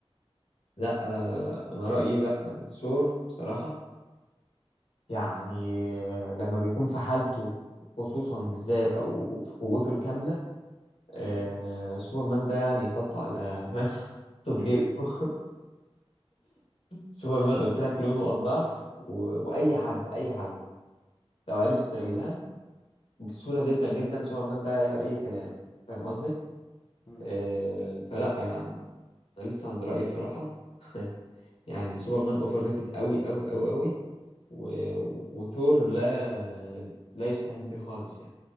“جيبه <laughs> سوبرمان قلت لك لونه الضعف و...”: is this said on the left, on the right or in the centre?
Left